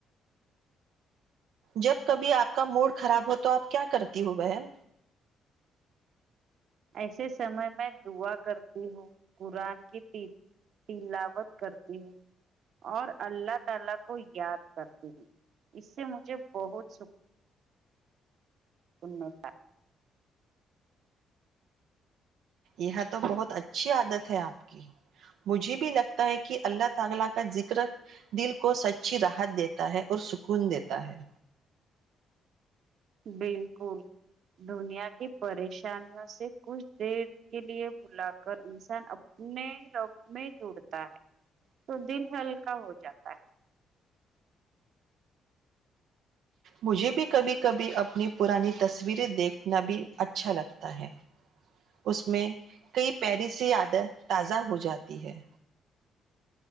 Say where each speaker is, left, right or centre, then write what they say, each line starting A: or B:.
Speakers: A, on the right; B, on the right.
A: جب کبھی اپ کا موڈ خراب ہو تو اپ کیا کرتی ہو بہن
B: <unintelligible>
A: یہاں تو بہت اچھی عادت ہے اپ کی مجھے بھی لگتا ہے کہ اللہ تعالی کا ذکر دل کو سچی راحت دیتا ہے اور سکون دیتا ہے
B: بالکل <unintelligible> دنیا کی پریشانیوں سے کچھ دیر کے لیے بلا کر انسان اپنے رب میں جڑتا ہے تو دل ہلکا ہو جاتا ہے <unintelligible>
A: مجھے بھی کبھی کبھی اپنی پرانی تصویریں دیکھنا بھی اچھا لگتا ہے اس میں کئی پیرسی عیادت تازہ ہو جاتی ہے